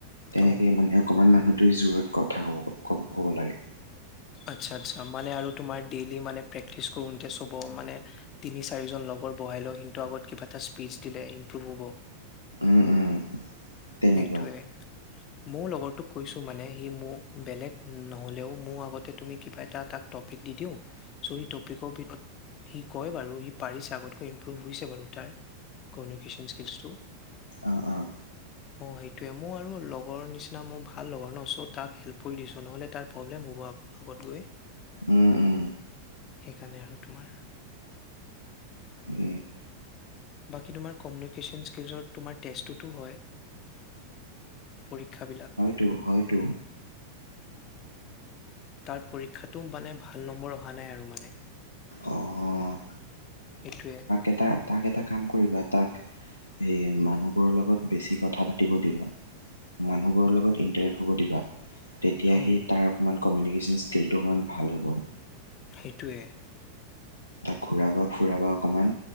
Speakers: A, on the left (about 85°); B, on the left (about 35°).
A: তেনেকৈ
B: অ',
A: মানে অকণমান মানুহটোৱে জোৰত কথা ক'ব কব ক'ব লাগে।
B: আচ্ছা আচছা মানে আৰু তোমাৰ ডেইলি মানে প্ৰে্টিচ কৰোতে চব মানে তিনি চাৰিজন লগৰ বহাই লও সিহঁতৰ আগত কিবা এটা স্পিচ দিলে ইম্প্ৰুভ হ'ব।
A: উম উম তেনেকুৱা
B: সেইটোৱে, মোৰ লগতোক কৈছোঁ মানে সি মোৰ বেলেগ নহ'লেও মোৰ আগতে তুমি কিবা এটা তাক টপিক দি দিওঁ। চ' সি টপিকৰ ভি সি কয় বাৰু সি পাৰিছে আগতকৈ ইম্প্ৰুভ হৈছে বাৰু তাৰ কমিউনিকেশ্যন স্কিলচটো।
A: অ', অ'।
B: অ', সেইটোৱে মোৰ আৰু লগৰ নিচিনা মোৰ ভাল লগৰ ন' চ' তাক হেল্প কৰি দিছোঁ নহ'লে তাৰ প্ৰব্লেম হ'ব আকৌ। লগত গৈ।
A: উম, উম।
B: সেইকাৰণে আৰু তোমাৰ।
A: এ
B: বাকী তোমাৰ কমিউনিকেশ্যন স্কিলচৰ তোমাৰ টেষ্টটোতো হয়? পৰীক্ষাবিলাক।
A: টো হয়তো।
B: তাৰ পৰীক্ষাতো মানে ভাল নম্বৰ অহা নাই আৰু মানে।
A: অ', অ'।
B: সেইটোৱে।
A: এটা তাক এটা কাম কৰিবা, তাক সেই মানুহবোৰৰ লগত বেছি কথা পাতিব দিবা, মানুহবোৰৰ লগত ইণ্টাৰেক্ট হ'ব দিবা। তেতিয়া
B: অ
A: সি তাৰ অকণমান কমিউনিকেশ্যন স্কিলটো অকণমান ভাল হ'ব।
B: সেইটোৱে।
A: তাক ঘূৰাব ফুৰাব অকণমান